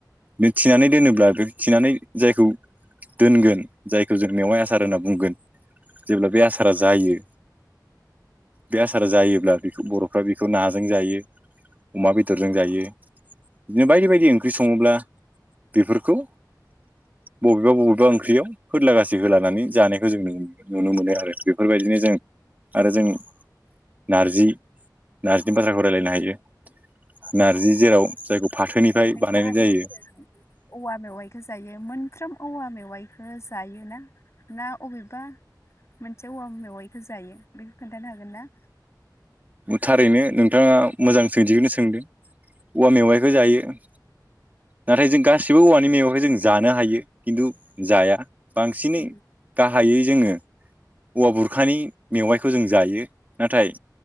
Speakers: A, on the right; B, on the left.
A: बे थिनानै दोनोब्ला बे थिनानै जायखौ दोनगोन जायखौ जों मेवाइ आसार होनना बुंगोन। जेब्ला बे आसारा जायो बे आसार जायोब्ला बर'फ्रा बेखौ नाजों जायो। अमा बेदर बेदरजों जायो बिदिनो बायदि बायदि ओंख्रि सङोब्ला बेफोरखौ बबेबा बबेबा ओंख्रियाव फोरदलागासै होलानानै जानायखौ जों नु नुनो मोनो आरो बेफोरबायदिनो जों आरो जों नारजि नार्जिनि बाथ्राखौ रायज्लायनो हायो। नारजि जेराव जायखौ फाथोनिफ्राय
B: नोंथाङा
A: बानायनाय
B: दि
A: जायो।
B: बुंदों औवा मेवाइखौ जायो मोनफ्रोम औवा मेवाइखौ जायोना। ना अबेबा मोनसे औवा मेवाइखौो जायो बेखौ खोन्थानो हागोन ना?
A: थारैनो नोंथाङा मोजां सोंथिखौनो सोंदों औवा मेवाइखौ जायो। नाथाय जों गासिबो औवानि मेगंखाय जों जानो हायो खिन्थु जाया। बांसिनै
B: औ
A: गाहायै जोङो औवा बुरखानि मेवाइखौ जों जायो नाथाय